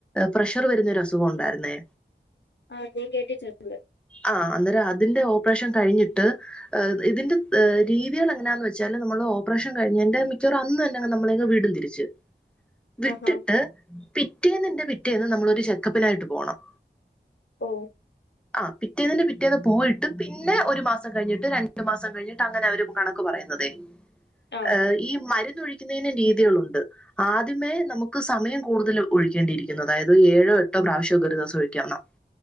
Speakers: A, in the centre; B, on the left (about 70°).
A: പ്രഷർ വരുന്ന ഒരു അസുഖം ഉണ്ടായിരുന്നേ
B: ആ ഞാൻ കേട്ടിട്ട് <unintelligible>
A: ആ അന്നേരം അതിൻ്റെ ഓപ്പറേഷൻ കഴിഞ്ഞിട്ട് ഇതിന്റെ രീതികൾ എങ്ങനാന്ന് വെച്ചാല് നമ്മള് ഓപ്പറേഷൻ കഴിഞ്ഞന്റെ മിക്കവറും അന്ന് തന്നെ നമ്മളെ വിടും തിരിച്ച് വിട്ടിട്ട്
B: ആഹാ
A: പിറ്റേനിന്റെ പി റ്റേന്ന് നമ്മളൊരു ചെക്കപ്പിനായിട്ട് പോണം
B: ഓ
A: ആ പിറ്റേന്നിന്റെ പിറ്റേന്ന് പോയിട്ട് പിന്നെ ഒരു മാസം കഴിഞ്ഞിട്ട് രണ്ടു മാസം കഴിഞ്ഞിട്ട് അങ്ങനെ അവര് കണക്ക് പറയുന്നതേ.
B: ആഹ്
A: ഏഹ് ഈ മരു ഒഴിക്കുന്നതിന് രീതികളുണ്ട്. ആദ്യമേ നമുക്ക് സമയം കൂടുതൽ ഒഴിക്കേണ്ടിയിരിക്കുന്നത് അതായത് ഏഴോ എട്ടോ പ്രാവശ്യോക്കെ ഒരു ദിവസം ഒഴിക്കാവുന്നാ